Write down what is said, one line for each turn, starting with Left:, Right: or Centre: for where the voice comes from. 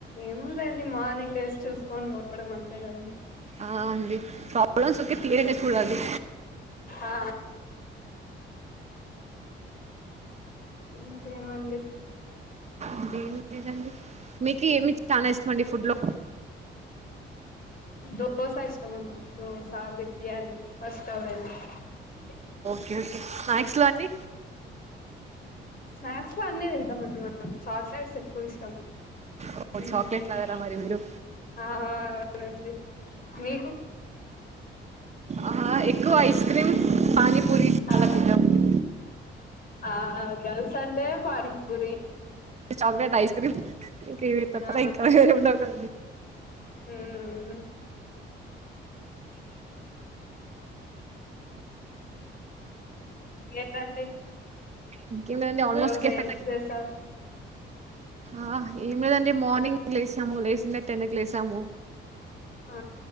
Left: ఏముందండి. మార్నింగ్ డేస్ చూసుకొని పోవడం అంతే కదండి.
Right: ఆ అండి ఫార్ములాస్ ఒకే థీయరినే పుడది
Left: ఆ ఇంకేమండి
Right: ఇంకేం లేదండి మీకు ఏమి చానా ఇష్టం అండి ఫుడ్ లో
Left: దోస ఇష్ టం దోసా బిర్యానీ ఫస్ట్ అవర్ంది నువ్వే చెప్పాలి
Right: కే ఓకే స్నాక్స్లో అండి
Left: స్నాక్స్ లో అన్నీ తింటానన్ను మాట చాక్లెట్స్ ఎక్కువ ఇష్టం
Right: ఓ
Left: ఉమ్మ్
Right: చాక్లెట్ లాగారా మరి మీరు
Left: ఆ అవునండి. మీకు
Right: ఆహ ఎక్కువ ఐస్ క్రీమ్ పానీపూరి
Left: ఆ
Right: అలా తింటామండి
Left: ఆ గల్స్ అంటే pani puri
Right: chocolate ice cream ఇంక ఏవేవి వతనాయ్
Left: ఆ
Right: ఇంకా వేరేవి ఉండవు గా
Left: మ్మ్ ఏంటండి
Right: ఇంకేం లేదండి ఆల్మోస్ట్
Left: ఈరోజు
Right: కెఫే
Left: ఏం చేశారు
Right: ఆ ఏం లేదండి మార్నింగ్ లేసాము లేచిందే టెన్ కి లేసాము
Left: ఆ